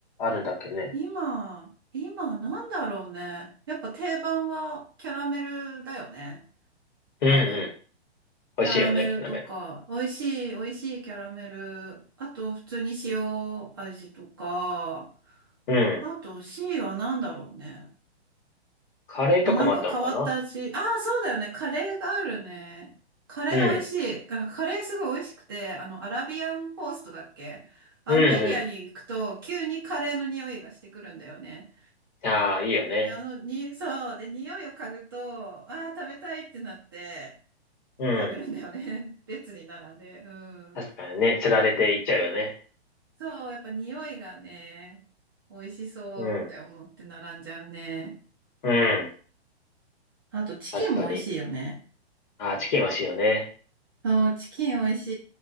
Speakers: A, on the left (about 45°); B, on the right (about 20°).
A: るんだっけね。
B: 今、今なんだろうね。やっぱ定番はキャラメルだよね。
A: うんうん。
B: 多分。
A: 美味しいよね、
B: キャラメルとか、
A: キャラメル。
B: 美味しい、美味しいキャラメル。あと、普通に塩味とか。
A: うん。
B: あと、C は何だろうね。
A: カレーとかもあったのかな
B: あ、なんか変わった味。ああ、そうだよね。カレーがあるね。カレー美味しい。
A: うん。
B: あカレーすごい美味しくて、あの、アラビアンコーストだっけあのエリアに行くと、
A: うんう
B: 急にカレーの匂いがしてくるんだよね。
A: ん。ああ、いいよね。
B: で、あの、に、そう。で、匂いを嗅ぐと、ああ、食べたいってなって、
A: うん。
B: 食べるんだよね。<laughs> 列に並んで。うん。
A: 確かにね、釣られていっちゃうよね。
B: そう、やっぱ匂いがね、美味しそうって思って並んじゃうね。
A: うん。うん。
B: あと、チキンも美味しいよね。
A: 確かに。ああ、チキン美味しいよね。
B: そう、チキン美味し